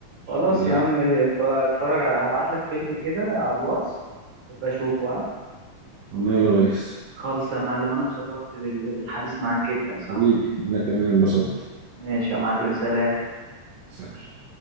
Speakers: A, on the right; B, on the right.
A: خلاص
B: يبقى
A: يا عم ابقى اتفرج على هبعت لك فيلم كده على الواتس ابقى اشوفه ها
B: وماله يا ريس
A: خالص يا معلم انا اتشرفت بال... بالحديث معاك جدا يا صاحبي
B: حبيبي انا كمان انبسطت
A: ماشي يا معلم سلام
B: سلام